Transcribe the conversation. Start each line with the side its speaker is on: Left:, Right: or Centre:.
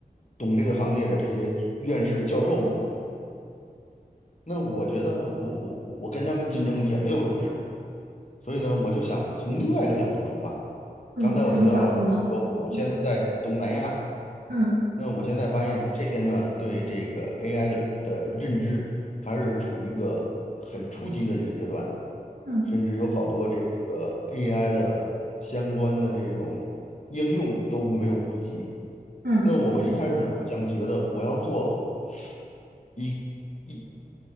Left: 懂这个行业的这些院士教授们，那我觉得我我我跟他们竞争也没有优势。所以呢，我就想从另外一个角度出发。
Right: 嗯，
Left: 刚才我提到了，
Right: 什么角度呢？
Left: 比如说我现在在东南亚。
Right: 嗯嗯
Left: 那我现在发现这边呢，对这个 AI 的的认知还是处于一个很初级的一个阶段，
Right: 嗯
Left: 甚至有好多这这个 AI 的相关的这种应用都没有普及。
Right: 嗯
Left: 那我一开始呢，我想觉得我要做一一